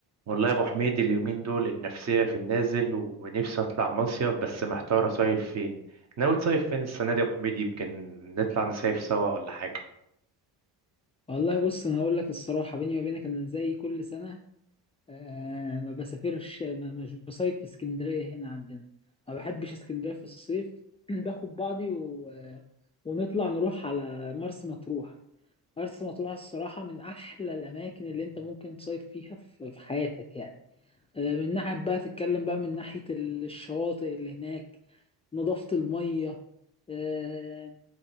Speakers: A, on the right; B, on the left.
A: والله يا ابو حميد اليومين دول النفسيه في النازل ونفسي اطلع مصيف بس محتار اصيف فين ناوي تصيف فين السنه دي يا ابو حميد يمكن نطلع نصيف سوا ولا حاجه
B: والله بص انا هقول لك الصراحه بيني وبينك انا زي كل سنه آه ما بسافرش ما مش بصيف في اسكندريه هنا عندنا ما بحبش اسكندريه في الصيف <clears throat> باخد بعضي و... ونطلع نروح على مرسى مطروح مرسى مطروح الصراحه من احلى الاماكن اللي انت ممكن تصيف فيها في, في حياتك يعني آه من ناحيه بقى تتكلم بقى من ناحيه ال- الشواطئ اللي هناك نظافه الميه آه